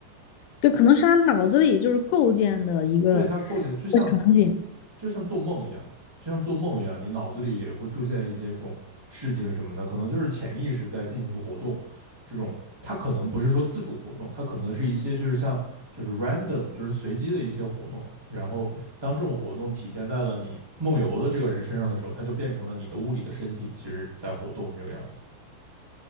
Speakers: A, on the left; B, on the right.
A: 对，可能是他脑子里就是构建的一个
B: 对它构建，就像
A: 一个场景。
B: 就像做梦一样嘛，就像做梦一样，你脑子里也会出现一些这种事情什么的，可能就是潜意识在进行活动。这种它可能不是说自主活动，它可能是一些就是像就是 random 就是随机的一些活动。然后当这种活动体现在了你梦游的这个人身上的时候，它就变成了你的物理的身体其实在活动这个样子。